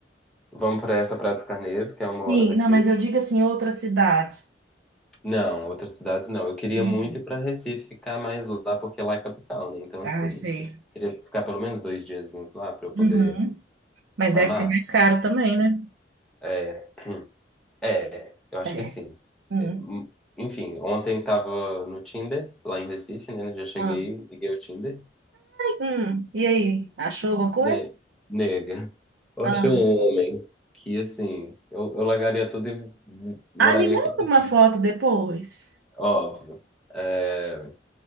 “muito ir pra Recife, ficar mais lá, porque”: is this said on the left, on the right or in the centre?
Centre